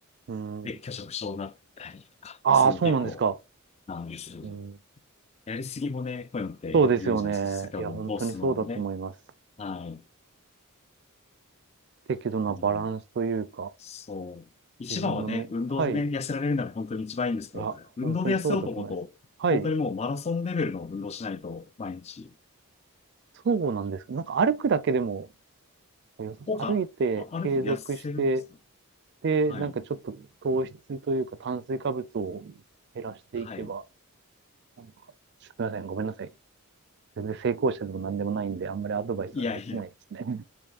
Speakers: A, on the right; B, on the left.
A: うん。
B: で、拒食症になったりとか、
A: ああ、
B: そういうの結構、
A: そうなんですか。
B: なんですよね
A: うん。
B: やりすぎもね、こういうのって良くないんじゃないですか。
A: そうですよね。
B: 先ほどの糖質のね、
A: いや、本当にそうだと思います。
B: はい。
A: 適度なバランスというか、
B: あの、そう。一番はね、
A: 自分の目、
B: 運動でね、
A: はい。い
B: 痩せられるなら本当に一番いいんですけど、
A: や、
B: 運動で痩せようと思うと、
A: 本当にそうだと思います。はい。
B: 本当にもうマラソンレベルの運動しないと、毎日。
A: そうなんですか。なんか歩くだけでも良さそう、
B: 効果、
A: 歩いて継続して、
B: あある程度痩せるんですか
A: で、
B: はい。
A: なんかちょっと糖質というか炭水化物を減らしていけば、
B: はい。
A: なんか、すみません、ごめんなさい。全然成功者でも何でもないんで、あんまりアドバイスはできないですね。
B: いやいや。